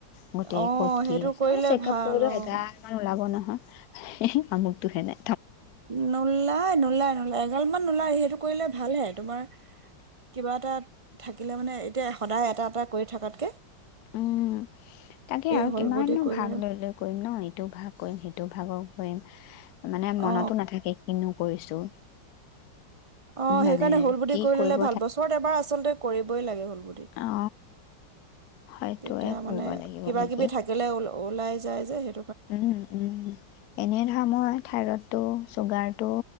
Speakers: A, on the left; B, on the right.
A: গোটেই
B: অ
A: ক'ত কি
B: সেইটো
A: আছে,
B: কৰিলে
A: চেক
B: ভাল
A: আপ কৰিলো
B: অ
A: এগালমান ওলাব নহ। সেই আমুকটোহে নে?
B: নোলাই নোলাই নোলাই এগালমান নোলায়, সেইটো কৰিলে ভালহে। তোমাৰ কিবা এটা থাকিলে মানে এতিয়া সদায় এটা এটা কৰি থকাতকৈ
A: উম, তাকে আৰু
B: হ'ল
A: কিমানো
B: বডি কৰি
A: ভাগ
B: ললে
A: লৈ-লৈ কৰিম ন! ইটো ভাগ কৰিম সেইটো ভাগক কয়িম মানে মনতো
B: অ
A: নাথাকে, কিনু কৰিছোঁ
B: অ
A: মানে
B: সেইকাৰণে হুল বুদ্ধি
A: কি
B: কৰি
A: কৰিব
B: ললে ভাল বছৰত এবাৰ আচলতে কৰিবই লাগে হ'ল বডি
A: অ হয়তো
B: তেতিয়া
A: কৰিব
B: মানে
A: লাগিব
B: কিবা
A: নেকি
B: কিবি থাকিলে ওল ওলাই যায় যে সেই
A: উম, উম এনে ধৰা মই থাইৰতো চুগাৰটো